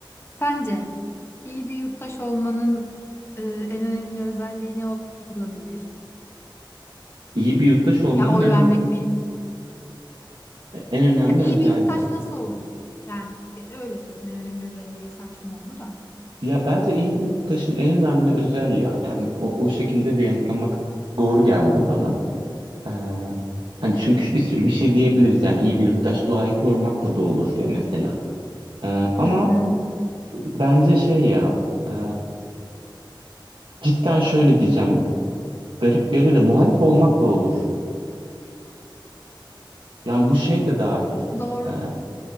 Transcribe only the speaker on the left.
Sence iyi bir yurttaş olmanın e, en önemli özelliği ne olabilir?
Ya oy
vermek mi?
Ya iyi
bir yurttaş nasıl olun? Yani e, öyle sorayım. En önemli özelliği saçma oldu da.
Hı hı.
Doğru.